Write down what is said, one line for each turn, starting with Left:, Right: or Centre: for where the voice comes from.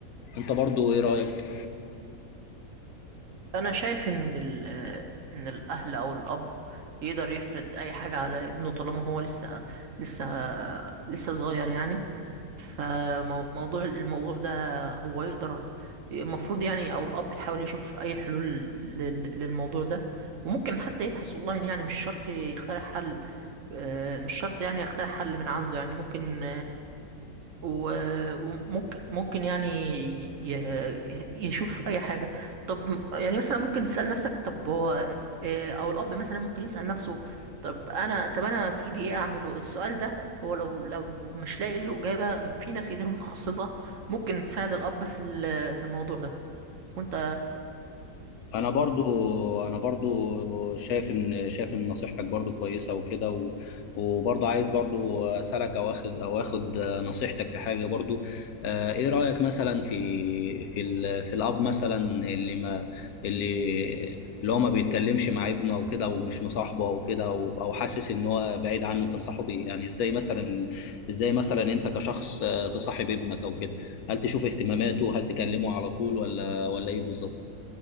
Left: انت برضو ايه رايك
Right: انا شايف ان ال آه، ان الاهل او الاب يقدر يفرض اي حاجه على ابنه طالما هو لسه لسه لسه صغير يعني فموضوع الموضوع ده هو يقدر المفروض يعني او الاب يحاول يشوف اي حلول لل- للموضوع ده وممكن حتى يبحث اونلاين يعني مش شرط يخترع حل آه، مش شرط يعني يخترع حل من عنده يعني ممكن و- وممكن ممكن يعني ي- ي- يشوف اي حاجه طب يعني مثلا ممكن تسال نفسك طب هو إيه- او الاب مثلا ممكن يسال نفسه طب انا طب انا في ايدي ايه اعمله السؤال ده هو لو لو مش لاقي له اجابه في ناس كتير متخصصه ممكن تساعد الاب في ال- في الموضوع ده وانت
Left: انا برضو انا برضو شايف ان شايف ان نصيحتك برضو كويسه وكده و- وبرضو عايز برضو اسالك او اخد او اخد نصيحتك في حاجه برضو آه، ايه رايك مثلا في في ال- في الاب مثلا اللي ما اللي اللي هو ما بيتكلمش مع ابنه او كده ومش مصاحبه او كده او أو حاسس ان هو بعيد عنه تنصحه بيه يعني ازاي مثلا ازاي مثلا انت كشخص آه، تصاحب ابنك او كده هل تشوف اهتماماته هل تكلمه على طول ولا ولا ايه بالظبط